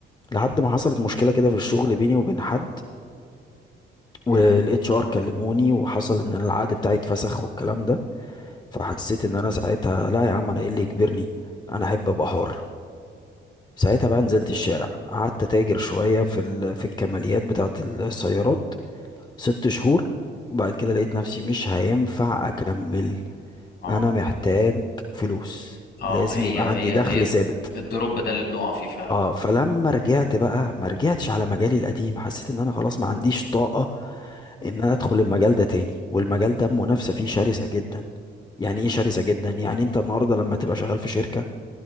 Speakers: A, on the left; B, on the left.
A: لحد ما حصلت مشكلة كده في الشغل بيني وبين حد والاتش
B: امم
A: ار كلموني وحصل ان أنا العقد بتاعي اتفسخ والكلام ده فحسيت ان انا ساعتها لا يا عم انا ايه اللي يجبرني انا احب ابقى حر ساعتها بقى نزلت الشارع قعدت تاجر شوية في ال... في الكماليات بتاعة السيارات ست شهور وبعد كده لقيت نفسي مش هينفع اكمل
B: اه
A: انا محتاج فلوس
B: اه
A: لازم
B: هي
A: يبقى
B: هي
A: عندي دخل
B: هي
A: ثابت
B: الدروب ده اللي بنقع فيه فعلا
A: اه فلما رجعت بقى ما رجعتش على مجالي القديم حسيت ان انا خلاص ما عنديش طاقة ان انا ادخل المجال ده تاني والمجال ده المنافسة فيه شرسة جدا يعني ايه شرسة جدا يعني انت النهاردة لما تبقى شغال في شركة